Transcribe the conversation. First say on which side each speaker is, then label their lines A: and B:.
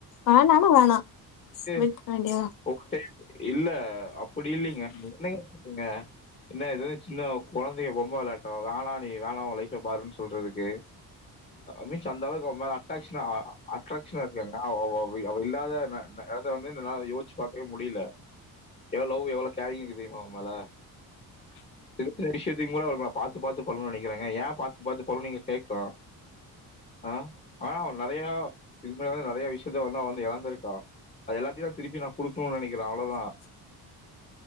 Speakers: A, on the left; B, on the left.
A: வேனானா வேணா
B: எ
A: விட்ற வேண்டியதா
B: கொக்ட்டே இல்ல அப்டி இல்லேங்க குட்நைட் ங்க என்ன ஏது சின்ன குழந்தைங்க பொம்மை விளாட்டு வேனா நீ வேனா ஒ லைஃபே பாருன்னு சொல்றதுக்கு மீன்ஸ் அந்த அளவுக்கு அவ மேல அட்டாக்ஷனா அட்ராக்ஷனா இருக்காங்கது அ அவ இல்லாத அத வந்து நல்ல யோச்சு பா வே முடியல ஏனா லவ் எவ்வளோ கேரிங் இருக்கு தெரியுமா அவமேல சின்ன சின்ன விஷயத்தையு கூட அவளுக்கு நா பாத்து பாத்து பண்ணனுன்னு நெனைக்றேங்க ஏ பாத்து பா்த்து பண்ணு நீங்க கேக்லா ஆ ஆனா அவ நெறய இதுமுன்னாடி வந்து நெறய விஷயத்த வந்து அவ வந்து எழந்துருக்கா அது எல்லாத்தையு நா திருப்பி நா குடுக்கணுன்னு நெனைக்கிற அவ்ளோதா